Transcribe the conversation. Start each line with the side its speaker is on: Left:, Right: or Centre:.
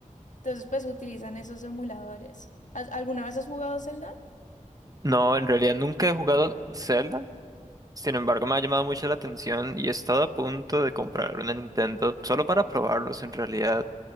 Left: Entonces pues utilizan esos emuladores. ¿Has- ¿Alguna vez has jugado Zelda?
Right: No, en realidad nunca he jugado Zelda, Sin embargo, me ha llamado mucho la atención y he estado a punto de comprar una Nintendo solo para probarlos en realidad.